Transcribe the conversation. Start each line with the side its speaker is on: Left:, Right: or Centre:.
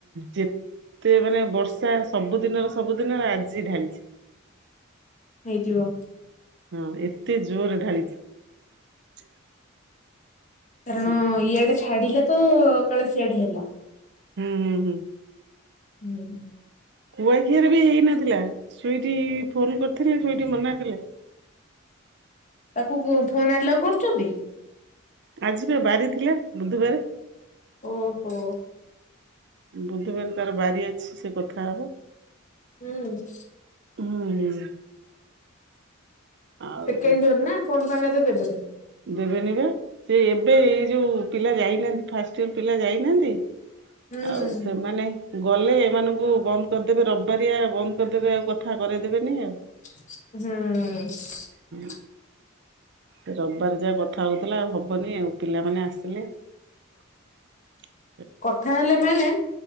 Right: ଯେ ତେ ମାନେ ବର୍ଷା ସବୁଦିନର ସବୁ ଦିନ ଆଜି ଢାଲିଛି।
Left: ହେଇଥିବ।
Right: ହଁ ଏତେ ଜୋରରେ ଢାଳିଛି।
Left: କାରଣ
Right: ହେଲା
Left: ଇଆଡେ ଛାଡିଲେ ତ କାଳେ ସିଆଡେ ହେଲା।
Right: ହୁଁ, ହୁଁ, ହୁଁ।
Left: ହୁଁ।
Right: କୁଆଖିଆରେ ବି ହେଇ ନଥିଲା ଶୁଇଟିି ଫୋନ କରିଥିଲେ ଶୁଇଟିି ମନା କଲେ
Left: ତାକୁ ଫୋନ ଆଲାଉ କରୁଛନ୍ତି?
Right: ଆଜିିବା ବାରି ଥିଲେ ବୁଧବାର।
Left: ଓହୋ।
Right: ବୁଧବାର ତାର ବାରି ଅଛି ସେ କଥା ହବ।
Left: ହୁଁ।
Right: ହୁଁ, ହୁଁ। ଆଉ
Left: ସେକେଣ୍ଡିଅର ନା ଫୋନ ଫାନ ଏତେ ଦେବେନି।
Right: ଦେବେନି ବା ସେ ଏବେ ଏଇ ଯୋଉ ପିଲା ଯାଇନାହାନ୍ତି ଫାଷ୍ଟ ଇୟର ପିଲା ଯାଇନାହାନ୍ତି?
Left: ହୁଁ
Right: ଆଉ
Left: ହୁଁ
Right: ସେମାନେ ଗଲେ ଏମାନଙ୍କୁ ବନ୍ଦ କରିଦେବେ ରବିବାରିଆ ବନ୍ଦ କରିଦେବେ ଆଉ କଥା କରଇଦେବେନି ଇଏ।
Left: ହୁଁ।
Right: ହଁ ରବିବାର ଯା କଥା ହଉଥିଲା ଆଉ ହବନି ଆଉ ପିଲାମାନେ ଆସିଲେ <inaudible>
Left: କଥା ହେଲେ ମେନେ